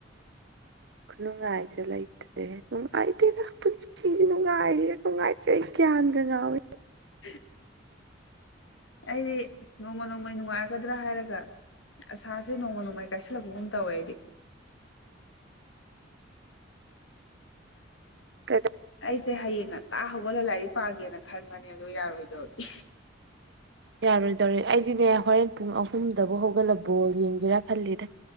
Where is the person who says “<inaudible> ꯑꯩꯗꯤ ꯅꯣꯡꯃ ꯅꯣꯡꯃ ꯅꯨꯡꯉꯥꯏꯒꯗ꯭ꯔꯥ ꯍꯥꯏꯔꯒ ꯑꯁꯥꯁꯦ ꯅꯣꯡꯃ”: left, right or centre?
Left